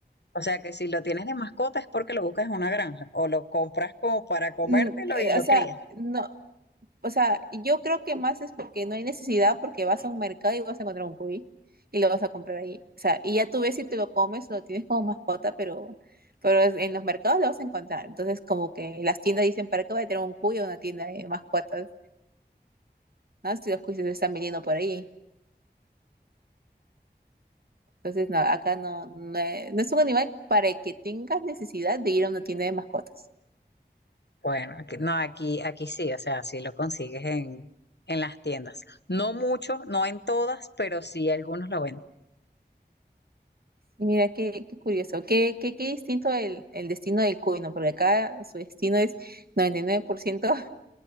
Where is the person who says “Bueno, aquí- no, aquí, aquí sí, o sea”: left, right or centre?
Left